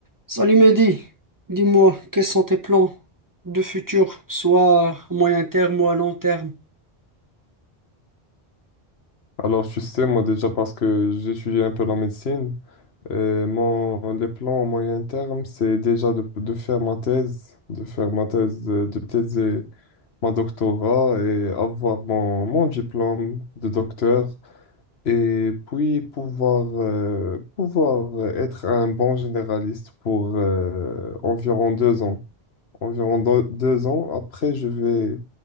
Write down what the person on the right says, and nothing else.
Salut Mehdi, dis-moi, quels sont tes plans de futur, soit à moyen terme ou à long terme?